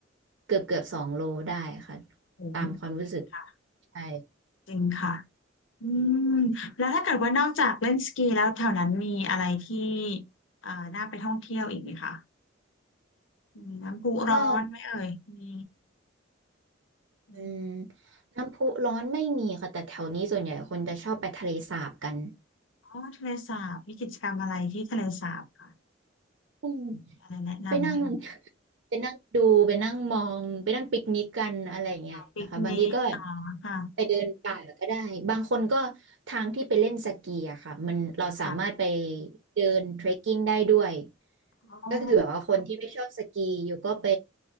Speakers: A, on the right; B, on the left.
A: เกือบเกือบสองโลได้ค่ะ
B: ผมจริงค่ะ
A: ตามความรู้สึกใช่
B: จริงค่ะอืมแล้วถ้าเกิดว่านอกจากเล่นสกีแล้วแถวนั้นมีอะไรที่เอ่อน่าไปท่องเที่ยวอีกไหมคะ มีน้ำพุร้อนไหมเอ่ยมี
A: ก็
B: มี
A: อืมน้ำพุร้อนไม่มีค่ะแต่แถวนี้ส่วนใหญ่คนจะชอบไปทะเลสาบกัน
B: อ๋อทะเลสาบมีกิจกรรมอะไรที่ทะเลสาบค่ะ
A: อืม
B: มีอะไรแนะนำไหมคะ
A: ไปนั่ง <laughs> ไปนั่งดูไปนั่งมองไปนั่งปิกนิกกันอะไรอย่างเงี้ยนะคะบางทีก็แบบ
B: ปิกนิกอ๋อค่ะ
A: ไปเดินป่าก็ได้บางคนก็ทางที่ไปเล่นสกีอะค่ะมันเราสามารถไป
B: ค่ะ
A: เดินเทรคกิ้งได้ด้วย
B: อ๋อ
A: ก็คือแบบว่าคนที่ไม่ชอบสกีอยู่ก็ไป